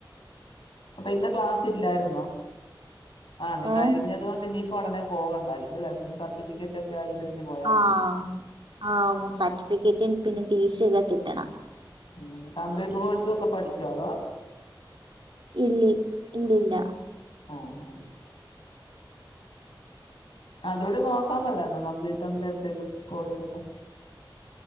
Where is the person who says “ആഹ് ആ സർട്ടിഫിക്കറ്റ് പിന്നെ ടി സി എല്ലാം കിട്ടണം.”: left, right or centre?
Right